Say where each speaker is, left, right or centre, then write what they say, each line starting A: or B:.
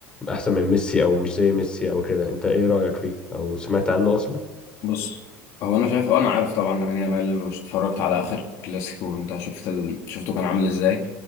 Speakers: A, on the left (about 15°); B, on the left (about 50°).
A: احسن من ميسي او مش زي ميسي او كده انت ايه رأيك فيه او سمعت عنه اصلا
B: بص هو انا شايف اه انا عارف طبعا لامين يامال واتفرجت على اخر كلاسيكو وانت شفت ال... شفته كان عامل ازاي